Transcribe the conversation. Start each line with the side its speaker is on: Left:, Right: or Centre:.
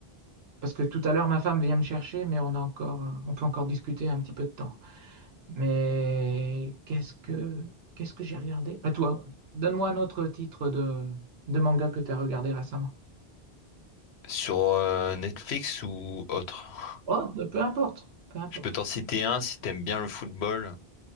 Right: parce que tout à l'heure, ma femme vient me chercher, mais on a encore, on peut encore discuter un petit peu de temps. Mais qu'est-ce que, qu'est-ce que j'ai regardé? Bah toi, donne-moi un autre titre de, de manga que tu as regardé récemment.
Left: sur euh, Netflix ou autre.
Right: Oh, bah, peu importe, peu importe.
Left: Je peux t'en citer un si t'aimes bien le football.